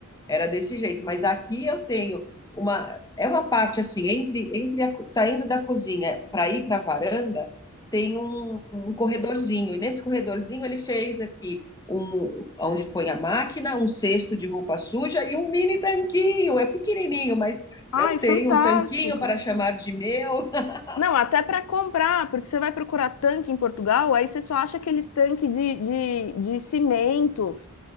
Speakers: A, on the left (about 15°); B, on the left (about 80°).
A: Era desse jeito, mas aqui eu tenho uma é uma parte assim entre entre a co- saindo da cozinha para ir para a varanda, tem um, um corredorzinho e nesse corredorzinho ele fez aqui um onde põe a máquina, um cesto de roupa suja e um mini tanquinho. É pequenininho, mas
B: Ai,
A: eu tenho
B: fantástico.
A: um tanquinho para chamar de meu. <laughs>
B: Não, até pra comprar, porque você vai procurar tanque em Portugal, aí você só acha aqueles tanques de, de, de cimento.